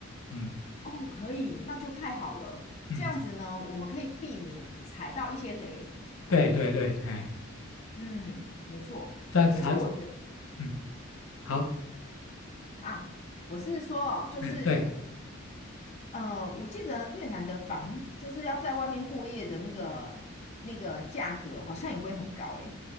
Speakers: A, on the left (about 80°); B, on the left (about 30°).
A: 嗯
B: 哦，可以，那就太好了。
A: 嗯，
B: 这样子呢，我们可以避免踩到一些雷。
A: 对对对，哎，
B: 嗯，没错。
A: 这样才
B: 而且我觉得
A: 嗯好，
B: 啊，我是说哦，就是
A: 嗯对。
B: 呃，我记得越南的房就是要在外面过夜的那个那个价格，好像也不会很高诶。